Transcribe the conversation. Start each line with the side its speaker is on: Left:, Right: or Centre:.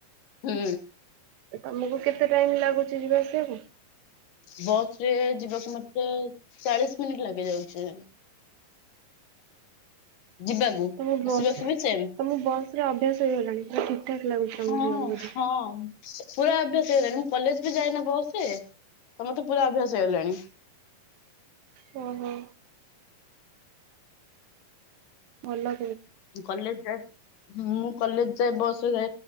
Left: ହୁଁ
Right: ତମକୁ କେତେ ଟାଇମ୍ ଲା ପୁଛିକି ବସିବୁ।
Left: ବସରେ ଯିବାକୁ ମତେ ଚାଳିଶ ମିନିଟ ଲାଗେ ବସରେ ଯିବାକୁ?
Right: ତମ ବସ୍
Left: ଆସିବାକୁ ବି ସେମ?
Right: ତମ ବସ୍ ରେ ଅଭ୍ୟାସ ହେଇଗଲାଣି ପୁରା ଠିକ ଠାକ ଲାଗୁଛି ତମକୁ
Left: ହଁ।
Right: ଯିବାକୁ ବୋଧେ।
Left: ହଁ। ପୁରା ଅଭ୍ୟାସ ହେଇଗଲାଣି, ମୁଁ କଲେଜ ବି ଯାଇନା ବସରେ ତ ମତେ ପୁରା ଅଭ୍ୟାସ ହେଇଗଲାଣି।
Right: ହୁଁ ହୁଁ ଭଲ
Left: କଲେଜ ଯାଏ ମୁଁ କଲେଜ ଯାଏ ବସରେ